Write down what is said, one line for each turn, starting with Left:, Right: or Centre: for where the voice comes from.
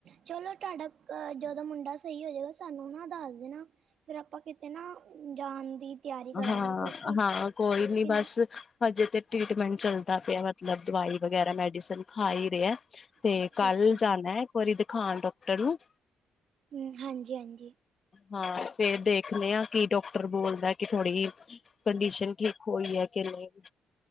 Right: ਚਲੋ ਤਾਡਾ ਅ ਜਦੋ ਮੁੰਡਾ ਸਈ ਹੋ ਜੇਗਾ ਸਾਨੂੰ ਨਾ ਦਸ ਦੇਣਾ। ਫੇਰ ਆਪਾਂ ਕਿਤੇ ਨਾ ਜਾਨ ਦੀ ਤਿਆਰੀ ਕਰਾਂਗੇ
Left: ਹਾਂ
Right: ਕਿਉਂਕਿ
Left: ਹਾਂ ਕੋਈ ਨੀ
Right: ਕਿ
Left: ਬਸ ਹਜੇ ਤੇ ਟ੍ਰੀਟਮੈਂਟ ਚੱਲਦਾ ਪੇਆ ਮਤਲਬ ਦਵਾਈ ਵਗੈਰਾ ਮੈਡੀਸਨ ਖਾ ਆ ਰੇਆ। ਤੇ
Right: ਅੱਛਾ-ਅੱਛਾ,
Left: ਕੱਲ ਜਾਨੈ ਇੱਕ ਵਾਰੀ ਦਿਖਾਨ ਡੋਕਟਰ ਨੂੰ।
Right: ਹੁੰ ਹਾਂਜੀ-ਹਾਂਜੀ।
Left: ਹਾਂ, ਫੇਰ ਦੇਖਨੇ ਆ ਕੀ ਡੋਕਟਰ ਬੋਲਦੈ ਕਿ ਥੋੜ੍ਹੀ ਕੰਡੀਸ਼ਨ ਠੀਕ ਹੋਈ ਐ ਕੇ ਨੀ।